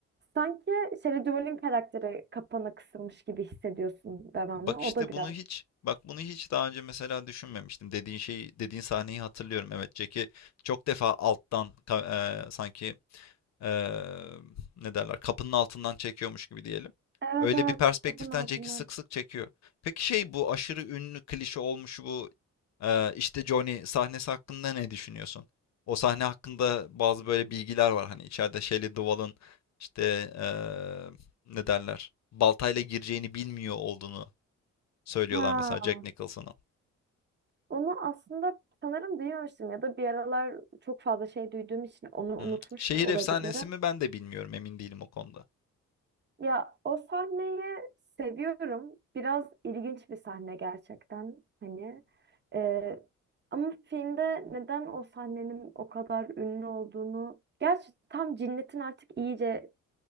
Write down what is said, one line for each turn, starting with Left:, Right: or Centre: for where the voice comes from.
Right: sanki Shelley Duvall'in karakteri kapana kısılmış gibi hissediyorsun devamlı.
Left: Bak
Right: O
Left: işte
Right: da biraz.
Left: bunu hiç bak bunu hiç daha önce mesela düşünmemiştim. Dediğin şeyi, dediğin sahneyi hatırlıyorum. Evet, Jack'i çok defa alttan ka- e, sanki e, ne derler kapının altından çekiyormuş gibi diyelim.
Right: Evet
Left: Öyle
Right: evet
Left: bir perspektiften
Right: kapının altından.
Left: Jack'i sık sık çekiyor. Peki şey bu aşırı ünlü klişe olmuş bu e, işte Johnny sahnesi hakkında ne düşünüyorsun? O sahne hakkında bazı böyle bilgiler var hani içeride Shelley Duvall'ın işte e, ne derler baltayla gireceğini bilmiyor olduğunu söylüyorlar
Right: Ha.
Left: mesela Jack Nicholson'ın.
Right: Onu aslında sanırım duymamıştım ya da bir aralar çok fazla şey duyduğum için onu
Left: Hmm.
Right: unutmuş
Left: Şehir
Right: da olabilirim.
Left: efsanesi mi ben de bilmiyorum emin değilim o konuda.
Right: Ya o sahneyi seviyorum. Biraz ilginç bir sahne gerçekten hani. Ee, ama filmde neden o sahnenin o kadar ünlü olduğunu... Gerçi tam cinnetin artık iyice